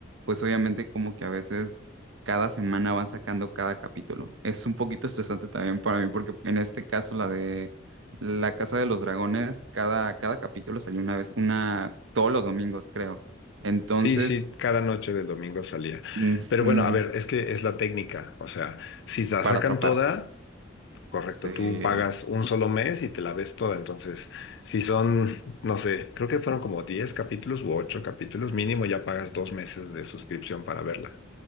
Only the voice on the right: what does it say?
pues obviamente como que a veces cada semana van sacando cada capítulo. Es un poquito estresante también para mí, porque en este caso la de La Casa de los Dragones, cada, cada capítulo salió una vez, una, todos los domingos, creo. Entonces,
Ujú,
Para
atrapar.
Sí.